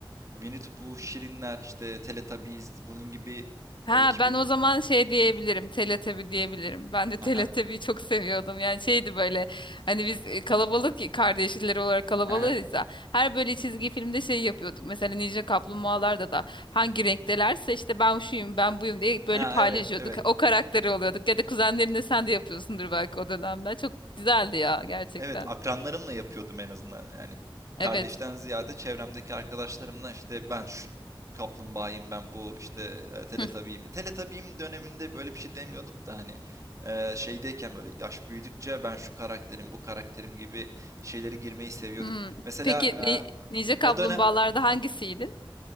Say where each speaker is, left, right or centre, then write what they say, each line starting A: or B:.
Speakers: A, on the right (about 35°); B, on the left (about 60°).
A: Winnie the Pooh, Şirinler, işte Teletubbies bunun gibi o
B: Ha
A: 2000...
B: ben o zaman şey diyebilirim. Teletabi diyebilirim. Ben de Teletabi'yi
A: Haha,
B: çok seviyordum. Yani şeydi böyle hani biz e, kalabalık ya, kardeşler olarak kalabalığız
A: haha. <laughs>
B: ya. Her böyle çizgi filmde şey yapıyorduk. Mesela Ninja Kaplumbağalarda da hangi renktelerse işte ben şuyum ben buyum diye
A: Ha,
B: böyle paylaşıyorduk.
A: evet evet.
B: O karakteri oluyorduk. Ya da kuzenlerinde sen de yapıyorsundur belki o dönemden. Çok güzeldi ya gerçekten.
A: Evet, akranlarımla yapıyordum en azından. Yani kardeşten
B: Evet.
A: ziyade çevremdeki arkadaşlarımla işte ben şu kaplumbağayım, ben bu işte e, teletabiyim.
B: <laughs>
A: Teletabiyim döneminde böyle bir şey demiyorduk da hani e, şeydeyken böyle yaş büyüdükçe ben şu karakterim, bu karakterim gibi şeyleri girmeyi seviyorduk.
B: Hmm.
A: Mesela
B: Peki ni
A: e,
B: Ninja Kaplumbağalarda
A: o dönem
B: hangisiydin?
A: Heh.